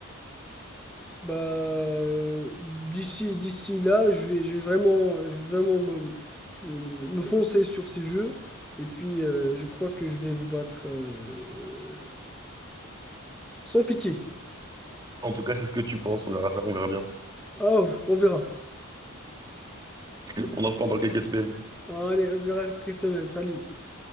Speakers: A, in the centre; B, on the right (about 20°).
A: Bah, euh, d'ici, d'ici là, je vais, je vais vraiment, je vais vraiment me, me foncer sur ces jeux. Et puis, euh, je crois que je vais vous battre euh, sans pitié.
B: En tout cas, c'est ce que tu penses, on verra ça, on verra bien.
A: Oh, on verra.
B: <laughs> On en reparle dans quelques semaines.
A: Allez, on se verra, cette semaine. Salut.